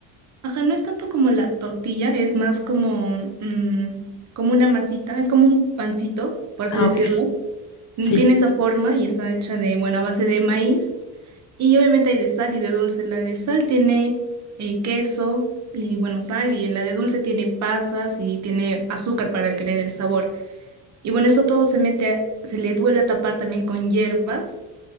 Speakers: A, on the right; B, on the left.
A: ajá, no es tanto como la tortilla, es más como, mm, como una masita, es como un pancito, por así
B: Ah,
A: decirlo.
B: ok.
A: Mm,
B: Sí.
A: Tiene esa forma y está hecha de, bueno, a base de maíz. Y obviamente hay de sal y de dulce. La de sal tiene eh, queso y bueno, sal. Y la de dulce tiene pasas y tiene azúcar para que le dé el sabor. Y bueno, eso todo se mete, a- se le vuelve a tapar también con hierbas.